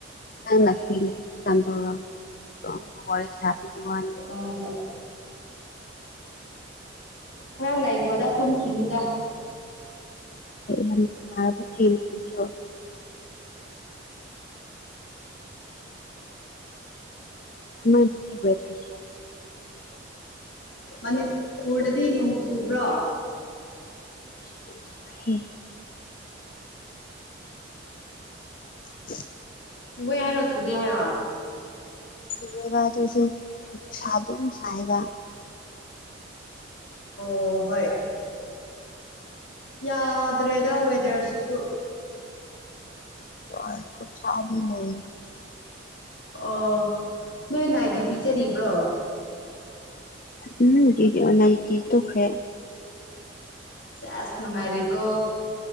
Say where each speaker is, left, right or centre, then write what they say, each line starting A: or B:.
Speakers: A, on the left; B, on the left.
A: ꯅꯪꯅ ꯐꯤ ꯂꯩꯕ ꯃꯇꯝ ꯇꯧꯔꯄ ꯌꯦꯕꯗꯣ ꯍꯪꯕ ꯋꯥꯔꯤ ꯁꯥꯕꯒꯤ ꯋꯥꯅꯦ
B: ꯑꯣ ꯈꯔ ꯂꯩꯈꯣꯗ ꯇꯨꯝꯈꯤꯅꯨꯗ
A: ꯑꯩ ꯌꯥꯝꯅ ꯁꯥꯕ ꯂꯩ ꯃꯐꯝꯁꯨ ꯀꯃꯥꯏꯟ ꯇꯧꯅꯤ ꯑꯣꯏ ꯋꯦꯊꯔꯁꯦ
B: ꯃꯅꯤꯄꯨꯔꯗꯗꯤ ꯅꯣꯡ ꯆꯨꯕ꯭ꯔꯣ
A: <unintelligible> <unintelligible>
B: ꯆꯨꯋꯦ ꯍꯥꯏꯔꯣ ꯆꯨꯗꯦ ꯍꯥꯏꯔꯣ
A: ꯆꯨꯋꯦꯕ ꯑꯗꯨꯁꯨ ꯅꯨꯡꯁꯥ ꯑꯗꯨꯝ ꯁꯥꯏꯕ
B: ꯑꯣ ꯍꯣꯏ ꯌꯥꯗ꯭ꯔꯦꯗ ꯋꯦꯗꯔꯁꯤꯁꯨ
A: ꯑꯣꯏ ꯈꯨꯁꯥꯗꯤ ꯂꯣꯏꯌꯦ
B: ꯑꯣ ꯅꯣꯏ ꯅꯥꯏ ꯗ꯭ꯌꯨꯇꯤ ꯆꯠꯔꯤꯕ꯭ꯔꯣ
A: ꯎꯝ ꯅꯨꯡꯇꯤꯒꯤ ꯅꯥꯏꯗꯤ ꯇꯣꯈ꯭ꯔꯦ
B: ꯁꯦꯁ ꯅꯨꯡꯉꯥꯏꯔꯤꯀꯣ